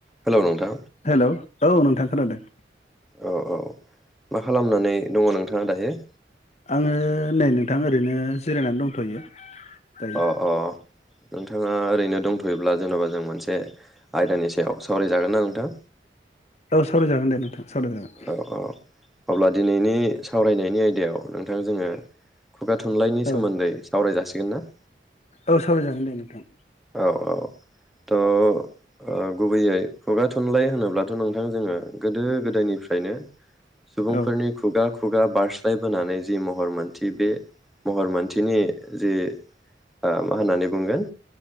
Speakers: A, in the centre; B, on the left.
A: Hello नोंथां
B: hello औ नोंथां खोनादों।
A: औ औ मा खालामनानै दङ नोंथाङा दायो।
B: आङो नै नोंथां ओरैनो जिरायनानै दंथयो। दायो
A: अ अ। नोंथाङा ओरैनो दंथयोब्ला जेनबा जों मोनसे आयदानि सायाव सावरायजागोन ना नोंथां।
B: सावराय जागोन दे नों थां सावराय जागोन।
A: औ औ अब्ला दिनैनि सावरायनायनि आयदायाव नोंथां जोङो खुगा थुनलाइनि
B: औ
A: सोमोन्दै सावराय जासि गोन ना।
B: औ सावरायजागोन दे नोंथां।
A: औ औ। थ ओ गुबैयै खुगा थुनलाइ होनोब्लाथ नोंथां जोङो गोदो गोदायनिफ्रायनो सुबुंफोरनि
B: औ
A: खुगा खुगा बारस्लायबोनानै जि महर मोन्थि बे महर मोन्थिनि जि ओ मा होननानै बुंगोन।